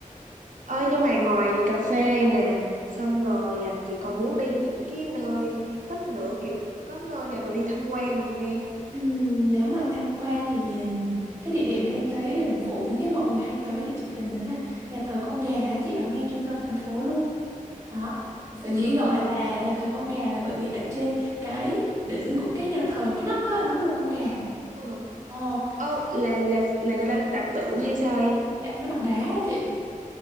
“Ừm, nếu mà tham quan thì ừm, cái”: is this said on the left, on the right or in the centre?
Right